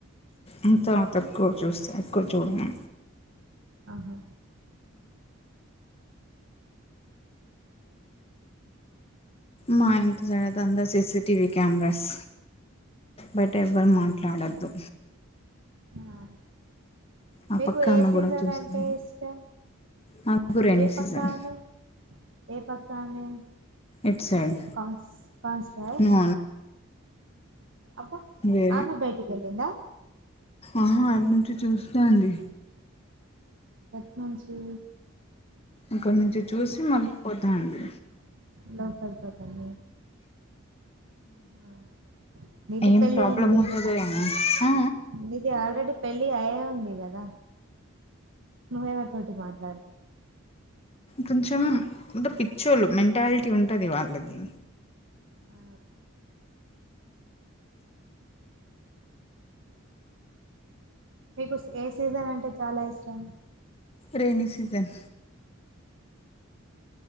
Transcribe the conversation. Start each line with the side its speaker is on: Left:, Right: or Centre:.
Left: అంత తక్కువ చూస్తే ఎక్కువ చూడము
Right: ఆహా
Left: మా ఇంటి సైడ్ అంతా సిసిటివి కెమెరాస్ బట్ ఎవ్వరు మాట్లాడద్దు
Right: ఆ
Left: ఆ
Right: మీకు
Left: పక్క
Right: ఏ
Left: ఆమె
Right: సీజన్
Left: కూడా చూస్తుంది
Right: అంటే ఇష్టం
Left: నాకు రైనీ
Right: ఏ
Left: సీజన్
Right: పక్క ఆమె ఏ పక్క అమె
Left: ఇట్ సైడ్
Right: కౌన్ కౌన్సిలర్
Left: నో
Right: అబ్బా
Left: అది
Right: ఆమె బయటికి వెళ్ళిందా
Left: ఆహా అటి నుంచి చూస్తంది
Right: ఎట్ నుంచి
Left: అక్కడి నుంచి చూసి మళ్ళీపోతాంది
Right: లోపల పక్కన ఆ నిధిపెల్లి
Left: ఏం ప్రాబ్లం
Right: అయింది
Left: ఉంటదో ఏమో ఆ
Right: మళ్ళీ ఇది ఆల్రెడీ పెళ్ళి అయే ఉంది కదా నువ్వేవరి తోటి మాట్లాడతవ్
Left: కొంచెం పిచ్చోలు మెంటాలిటీ ఉంటుంది వాళ్ళది
Right: ఆ మీకు ఏ సీజన్ అంటే చాలా ఇష్టం
Left: రైనీ సీజన్